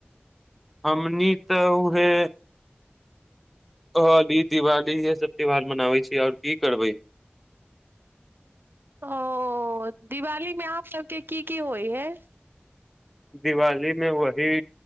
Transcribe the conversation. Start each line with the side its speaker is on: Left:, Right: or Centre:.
Centre: हममनी तऽ उहे होली दिवाली इएहसभ त्यौहार मनाबै छी आओर की करबै
Right: ओ दिवालीमे आह सभके की की होइ हइ
Centre: दिवालीमे वही